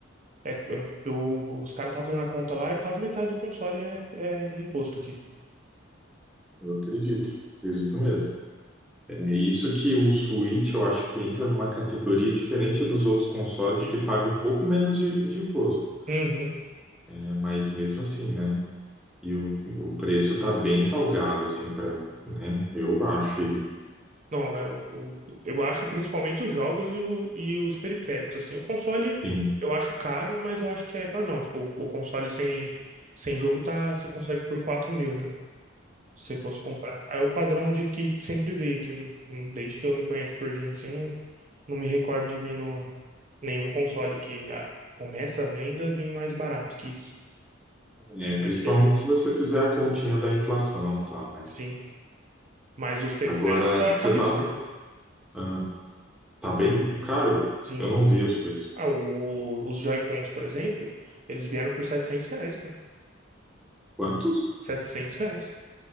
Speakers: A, on the right (about 35°); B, in the centre.
A: é, é- o- os caras estavam fazendo a conta lá, é quase metade do console é, é imposto aqui.
B: Eu acredito. Acredito mesmo. É isso que o Switch eu acho que entra numa categoria diferente dos outros consoles
A: Sim.
B: que pagam um pouco menos de de imposto.
A: Uhum.
B: É, Mas mesmo assim, né? E o, o preço tá bem salgado, assim, para, né? Eu acho. E,
A: Não, eu o, eu acho principalmente os jogos e, o- e os periféricos, assim, o console
B: enfim,
A: eu acho caro, mas eu acho que é padrão, tipo, o, console sem, sem jogo tá, você consegue por 4 mil, né, se você fosse comprar. Aí o padrão de que sempre veio, que eu não- não- desde que eu me conheço por gente, assim, eu não, não me recordo de vir no, nenhum console que ah, começa a venda vir mais barato que isso.
B: é,
A: Realmente,
B: é, principalmente se você fizer a continha da inflação e tal, né?
A: sim, mas os periféricos
B: Agora,
A: eu acho
B: você
A: absurdo.
B: tá, ah, tá bem caro?
A: Sim,
B: Eu não vi os preços.
A: Ah, o- os Joy-Cons, por exemplo, eles vieram por 700 reais, cara.
B: Quantos?
A: 700 reais.